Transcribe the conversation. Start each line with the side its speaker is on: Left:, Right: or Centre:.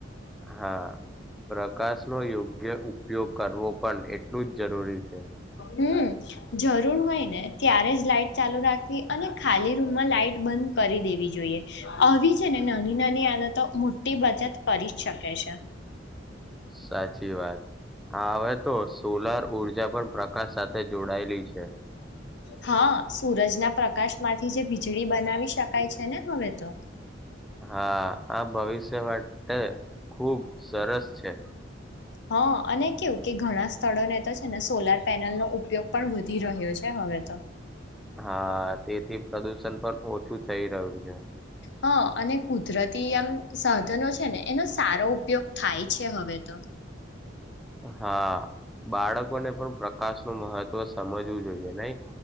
Centre: હા. પ્રકાશનો યોગ્ય ઉપયોગ કરવો પણ એટલું જ જરૂરી છે.
Left: હમ જરૂર હોય ને ત્યારે જ લાઈટ ચાલુ રાખવી અને ખાલી રૂમમાં લાઈટ બંધ કરી દે વી જોઈએ આવી છે ને નાની નાની આદતો મોટી બચત કરી શકે છે.
Centre: સાચી વાત હા હવે તો સોલાર ઊર્જા પણ પ્રકાશ સાથે જોડાયેલી છે.
Left: હા સુરજના પ્રકાશમાંથી જે વીજળી બનાવી શકાય છે, ને હવે તો
Centre: હા આ ભવિષ્ય માટે ખુબ સરસ છે.
Left: હ અને કેવું કે ઘણા સ્થળોને તો છે, ને સોલાર પેનલનો ઉપયોગ પણ વધી રહ્યો છે, હવે ત.
Centre: હા તેથી પ્રદુષણ પણ ઓછું થઈ રહ્યું છે.
Left: હ અને કુદરતી આમ સાધનો છે, ને એનો સારો ઉપયોગ થાય છે, હવે તો
Centre: હા બાળકોને પણ પ્રકાશ નું મહત્વ સમજવું જોઈએ નઈ?